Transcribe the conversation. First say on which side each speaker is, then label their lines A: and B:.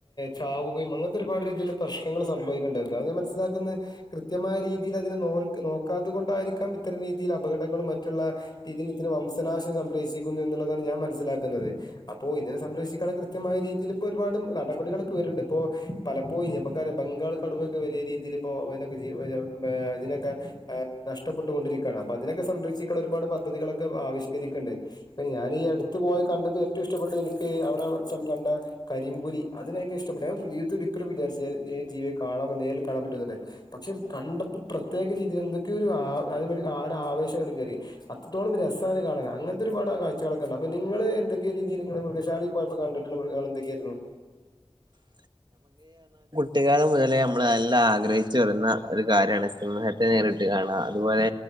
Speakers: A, on the left; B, on the right.
A: ചാവുകയും അങ്ങനത്തെ ഒരുപാട് രീതിയില് പ്രശ് ങ്ങൾ സംഭവിക്കണ്ട് എന്താ ഞാൻ മനസ്സിലാക്കുന്നെ കൃത്യമായ രീ തിന ഇതിന നോൽക് നോക്കാത്തത് കൊണ്ടായിരിക്കാം ഇത്തര രീതിയിൽ അപകടങ്ങളും മറ്റുള്ള രീതീല് ഇത്തിര വംശനാശ സംരക്ഷിക്കുന്നു എന്നുള്ളതാണ് ഞാൻ മനസ്സിലാക്കുന്നത്. അപ്പോ ഇതിനെ സംരക്ഷിക്കാണ് കൃത്യമായ രീതിയിൽ ഇപ്പോ ഒരുപാട് നട പടികളൊക്കേറുണ്ട് ഇപ്പൊ പലപ്പോഴ്‌ നമ്മക്കറിയ ബംഗാൾ കടുവയൊക്കെ വലിയ രീതിയില ഇപ്പോ <unintelligible> ആഹ് ഇതിനൊക്കെ ആ നഷ്ടപ്പെട്ടൊണ്ടിരിക്കാണ്. അപ്പൊ അതിനൊക്കെ സംരക്ഷിക്കാനൊരുപാട് പദ്ധതികളൊക്കെ ആവിശ് നിക്കണ്ട് ഞാനീ അടുത്ത് പോയി കണ്ടത് ഏറ്റവും ഇഷ്ടപ്പെട്ടത് എനിക്കീ അവ ന്നാലോരീസം കണ്ട കരിമ്പുലി അതിനെനിക്ക് ഇഷ്ടപ്പെട്ട ജീവിതത്തിലൊരി ഒരിക്കലും വിചാരിചില ജെ ജീവിയെ കാണാൻ തന്നെ നേരിൽ കാണാൻ പറ്റൂന്നന്നെ പക്ഷെ കണ്ട പ്രത്യേക രീതിയിൽ എന്തൊക്കെയൊ ഒരു ആ അതേമാരി ആവേശങ്ങട് കേറി അത്രത്തോളം രസാണ് കാണാൻ അങ്ങ അനത്തെ ഒരുപാട് കാഴ്ചകളൊക്കെണ്ട് അപ് നിങ്ങള് എന്തൊക്കെ രീതിയില് നിങ്ങള് മൃഗശാലയിൽ പോയപ്പോ കണ്ടിട്ടുള്ള മൃഗങ്ങൾ എന്തൊക്കെയായിരുന്നു?
B: കീ കുട്ടികാലം മുതലേ നമ്മൾ നല്ല ആഗ്രഹിച്ച് വരുന്ന ഒരു കാര്യണ് സിംഹത്തെ നേരിട്ട് രിട്ട് കാണാ അതുപോലെ